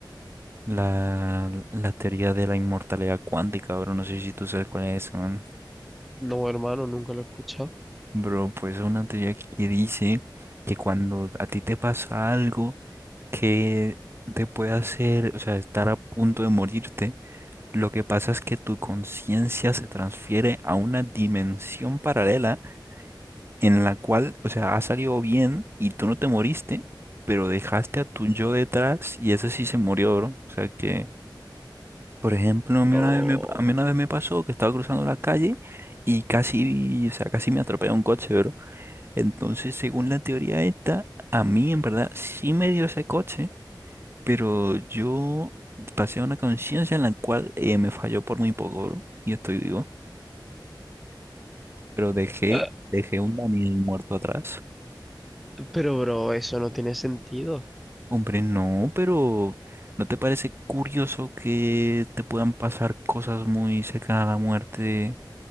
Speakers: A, on the right (about 30°); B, in the centre.
A: la, la teoría de la inmortalidad cuántica. Ahora no sé si tú sabes cuál es esa, man.
B: No, hermano, nunca lo he escuchado.
A: Bro, pues es una teoría que dice que cuando a ti te pasa algo que te puede hacer, o sea, estar a punto de morirte, lo que pasa es que tu conciencia se transfiere a una dimensión paralela en la cual, o sea, ha salido bien y tú no te moriste, pero dejaste a tu yo detrás y ese sí se murió, bro. O sea que, por ejemplo, a mí
B: Pero,
A: una vez me, a mí una vez me pasó que estaba cruzando la calle y casi, o sea, casi me atropelló un coche, bro. Entonces, según la teoría esta, a mí en verdad sí me dio ese coche, pero yo pasé una conciencia en la cual eh, me falló por muy poco, bro, y estoy vivo, pero dejé,
B: eh,
A: dejé un Daniel muerto atrás.
B: pero, bro, eso no tiene sentido.
A: Hombre, no, pero ¿no te parece curioso que te puedan pasar cosas muy cercanas a la muerte?